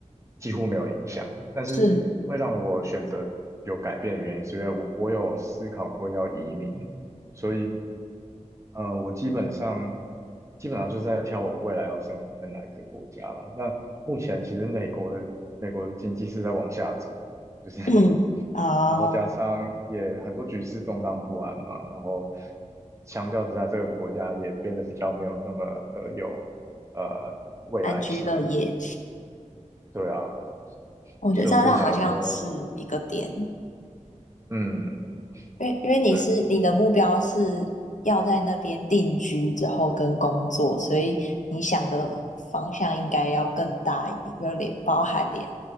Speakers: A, on the right; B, on the left.
A: 几乎没有影响。但是会让我选择有改变的原因，
B: 是，
A: 是因为我我有思考过要移民，所以呃，我基本上基本上就是在挑我未来要生活在哪一个国家了。那目前其实美国的美国的经济是在往下走的，就是 <laughs>
B: 嗯，啊、
A: 然后加上也很多局势动荡不安嘛，然后相较之下，这个国家也变得比较没有那么的有呃未来性，
B: 安居乐业，
A: 对啊，
B: 我觉得这样好像是一个点。
A: 所以我就想说，嗯，
B: 因为因为你是你的目标是要在那边定居之后跟工作，
A: 对，
B: 所以你想的方向应该要更大一点，就连包含连